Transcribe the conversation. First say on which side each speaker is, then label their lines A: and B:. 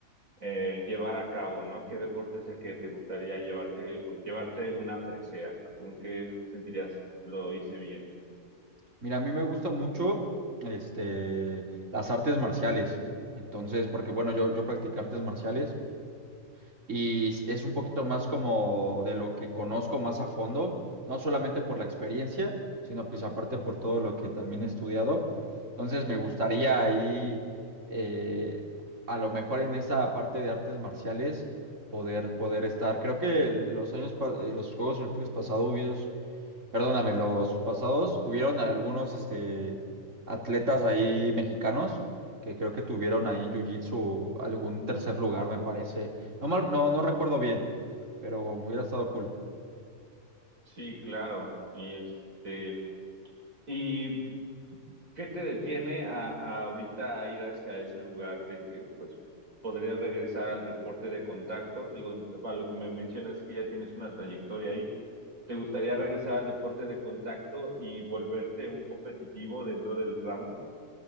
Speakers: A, on the right; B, on the right.
A: eh, llevar a cabo, ¿no? ¿Qué deporte es el que te gustaría llevarte, llevarte una presea? ¿Con qué sentirías lo hice bien?
B: Mira, a mí me gusta mucho este, las artes marciales. Entonces, porque bueno, yo, yo practiqué artes marciales y s- es un poquito más como de lo que conozco más a fondo, no solamente por la experiencia, sino pues aparte por todo lo que también he estudiado. Entonces, me gustaría ahí, eh, a lo mejor en esa parte de artes marciales, poder, poder estar. Creo que el- los años, pa- eh, los Juegos Olímpicos pasados perdóname, los pasados, hubieron algunos este, atletas ahí mexicanos que creo que tuvieron ahí en Jiu-Jitsu algún tercer lugar, me parece. No, mal- no, no recuerdo bien, pero hubiera estado cool.
A: Sí, claro. Y este, ¿y qué te detiene a, a ahorita a ir hacia ese lugar de que pues podrías regresar al deporte de contacto? Digo, para lo que me mencionas que ya tienes una trayectoria ahí. ¿Te gustaría
B: Claro.
A: regresar al deporte de contacto y volverte un competitivo dentro del ramo?